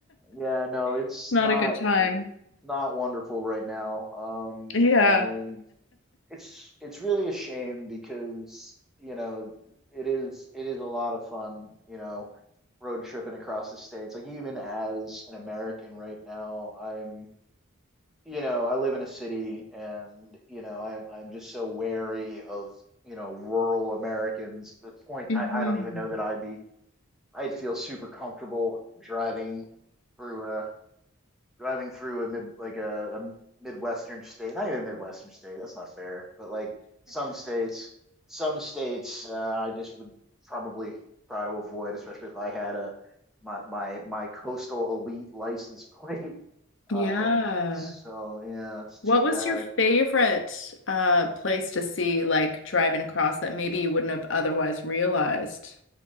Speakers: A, in the centre; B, on the left.
A: Yeah, no, it's
B: <laughs> Not
A: not
B: a good time.
A: w- not wonderful right now. Um,
B: Yeah.
A: and it's it's really a shame because you know it is it is a lot of fun you know road tripping across the states like even as an american right now i'm you know i live in a city and you know i'm i'm just so wary of you know rural americans at this point
B: hmm
A: i, I don't even know that i'd be i'd feel super comfortable driving through a driving through a mid like a, a midwestern state not even a midwestern state that's not fair but like some states some states uh, i just would probably try to avoid especially if i had a my my, my coastal elite license plate <laughs>
B: Yeah.
A: um so yeah it's too
B: What
A: bad
B: was your favorite uh place to see like driving across that maybe you wouldn't have otherwise realized?